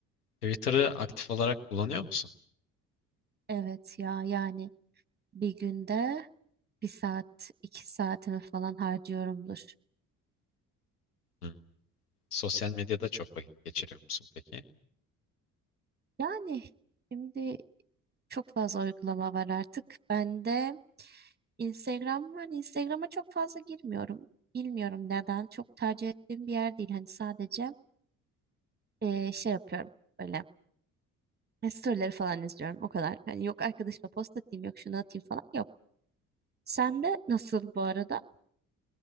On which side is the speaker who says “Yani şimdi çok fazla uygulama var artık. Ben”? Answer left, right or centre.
Right